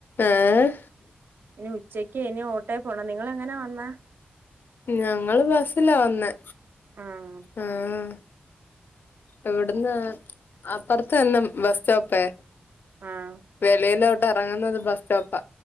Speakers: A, on the left (about 65°); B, on the right (about 65°).
A: ഏഹ്
B: ഇനി ഉച്ചയ്ക്ക് ഇനി ഓട്ടേ പോണം നിങ്ങളെ എങ്ങനെ വന്നേ
A: ഞങ്ങള് ബസ്സിലാ വന്നേ
B: ആഹ്
A: ആഹ് ഇവട്ന്ന് അപ്പുറത്ത് തന്നെ ബ സ്റ്റോപ്പേ
B: ആഹ്
A: വെളിയിലോട്ടെറങ്ങുന്നത് ബസ്റ്റോപ്പാ